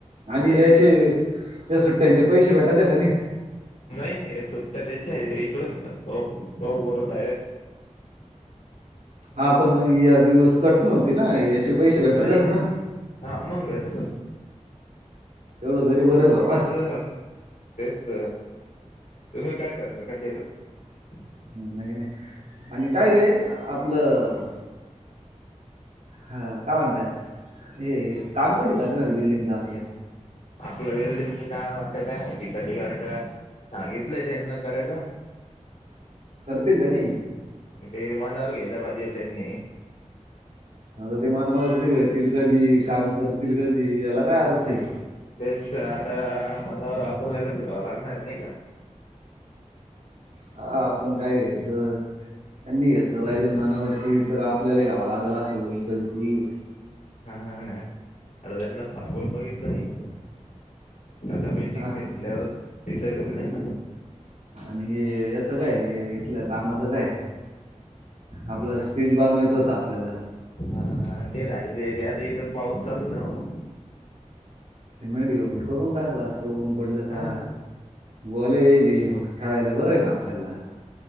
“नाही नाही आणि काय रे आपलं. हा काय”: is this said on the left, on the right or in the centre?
Right